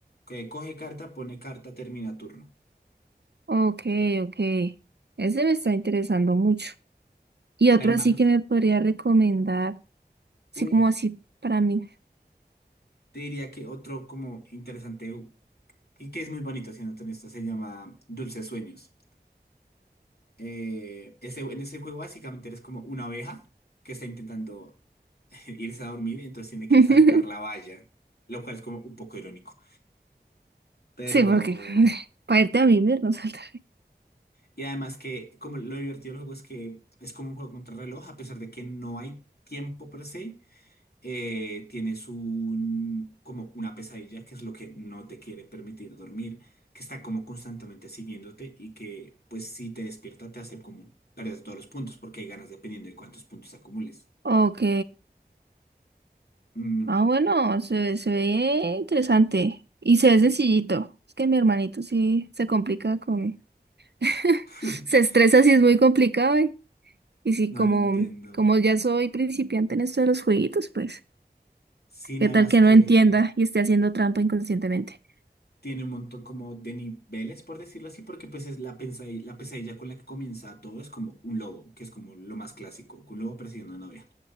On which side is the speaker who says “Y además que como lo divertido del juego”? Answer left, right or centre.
Left